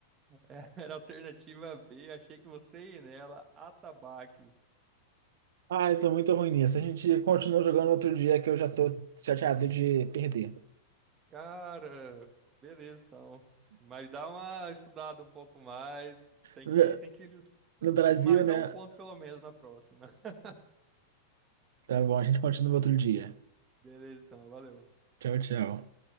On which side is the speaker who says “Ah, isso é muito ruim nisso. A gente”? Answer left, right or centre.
Right